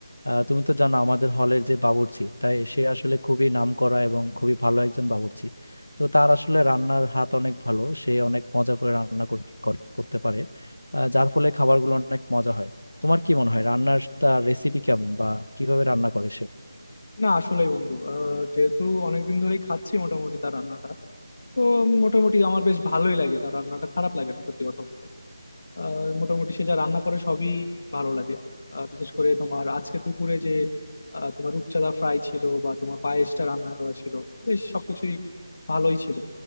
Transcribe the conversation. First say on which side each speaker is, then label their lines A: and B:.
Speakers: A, on the left; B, on the left.
A: আহ, তুমি তো জানো আমাদের হলের যে বাবুর্চি তাই সে আসলে খুবই নামকরা এবং খুবই ভালো একজন বাবুর্চি তো তার আসলে রান্নার হাত অনেক ভালো সে অনেক মজা করে রান্না কর- কর- করতে পারে আহ, যার ফলে খাবারগুলো অনেক মজা হয় তোমার কি মনে হয় রান্নার তার রেসিপি কেমন বা কিভাবে রান্না করে সে
B: না আসলেই বন্ধু আহ, যেহেতু অনেকদিন ধরেই খাচ্ছি মোটামুটি তার রান্নাটা তো মোটামুটি আমার বেশ ভালোই লাগে তার রান্নাটা খারাপ লাগে না সত্যি কথা বলতে আহ, মোটামুটি সে যা রান্না করে সবই ভালো লাগে আহ, বিশেষ করে তোমার আজকে দুপুরে যে আহ, তোমার রূপচাঁদা ফ্রাই ছিল বা তোমার পায়েসটা রান্না করা ছিল বেশ সবকিছুই ভালোই ছিল